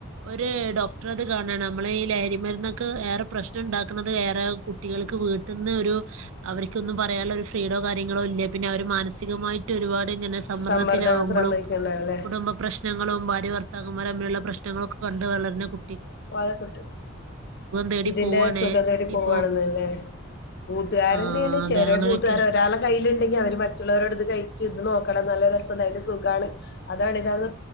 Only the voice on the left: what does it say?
സമ്മർദ്ദന ശ്രമ <unintelligible> ല്ലേ
വലക്കട്ട്
ഇതിന്റെ
സുഖം തേടി പോകണെന്നല്ലേ
കൂട്ടുകാരന്നെയാണ്
ചെറിയ
കൂട്ടുകാര ഒരാളെ കയ്യില് ലെങ്കി അവര് മറ്റുള്ളവരോട് ഇത് കഴിച്ച ഇത് നോക്കണം നല്ല രസം അതിന്റെ സുഖമാണ് അതാണ് ഇതാണ്